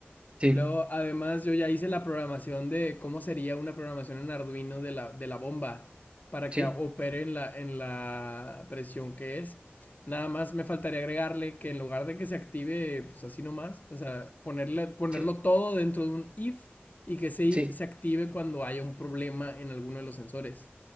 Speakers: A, on the right; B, on the left.
A: Sí,
B: Luego, además, yo ya hice la programación de cómo sería una programación en Arduino de la, de la bomba para
A: sí.
B: que opere en la, en la presión que es. Nada más me faltaría agregarle que en lugar de que se active, pues así nomás, o sea, ponerle, ponerlo
A: Sí,
B: todo dentro de un if y que ese if
A: sí,
B: se active cuando haya un problema en alguno de los sensores.